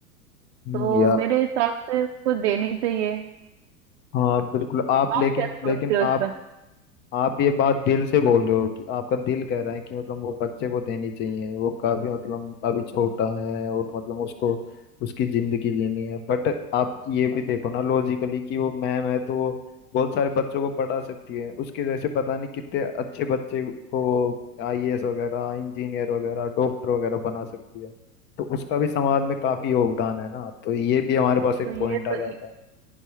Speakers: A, on the left (about 25°); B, on the right (about 50°).
A: हम्म,
B: तो
A: या
B: मेरे हिसाब से उसको देनी चाहिए
A: हाँ बिल्कुल आप लेकिन
B: आप क्या सोचते
A: लेकिन
B: हो
A: आप
B: इस पर
A: आप ये बात दिल से बोल रहे हो कि आपका दिल कह रहा है कि मतलब वो बच्चे को देनी चाहिए वो काफी मतलब अभी छोटा है और मतलब उसको उसकी जिंदगी जीनी है बट आप ये भी देखो ना लॉजिकली कि वो मैम है तो वो बहुत सारे बच्चों को पढ़ा सकती है उसके जैसे पता नहीं कितने अच्छे बच्चे को आईएएस वगैरह इंजीनियर वगैरह डॉक्टर वगैरह बना सकती है तो उसका भी समाज में काफी योगदान है ना तो ये भी हमारे पास एक
B: तो ये
A: पॉइंट आ
B: तो
A: जाता है